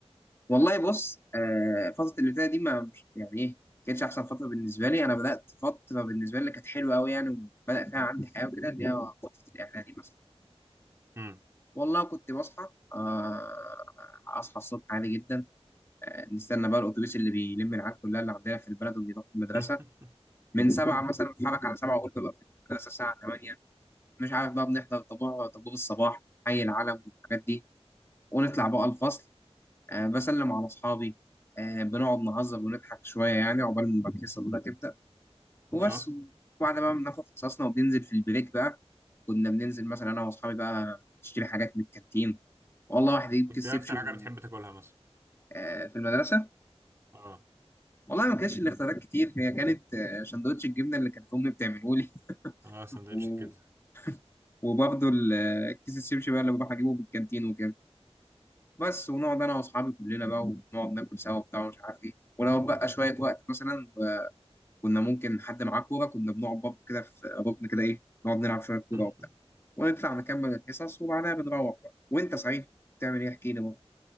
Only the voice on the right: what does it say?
امم
<laughs>
أه
كنت
إيه
أكتر حاجة بتحب تاكلها مثلا
اه
اه سندوتش
الكبدة
<laughs>